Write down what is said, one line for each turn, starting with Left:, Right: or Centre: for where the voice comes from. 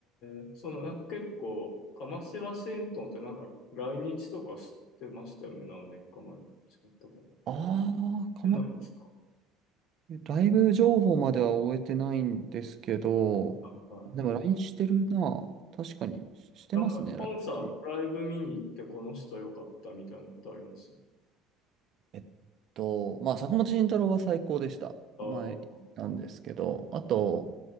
Left: ええその、なんか結構、カマシワシントンってなんか来日とかしてましたよね、何年か前に。違ったかな。し
Right: ああ、かも
Left: てないですか。
Right: えライブ情報までは終えてないんですけど、
Left: はいはい。
Right: でも LINE してるな。確かにししてますね、
Left: なんかコンサート、
Right: LINE。
Left: ライブ見に行ってこの人良かったみたいなのってあります
Right: えっと、まあ、坂本慎太郎は最高でした。
Left: あ
Right: 前なんですけど、あと、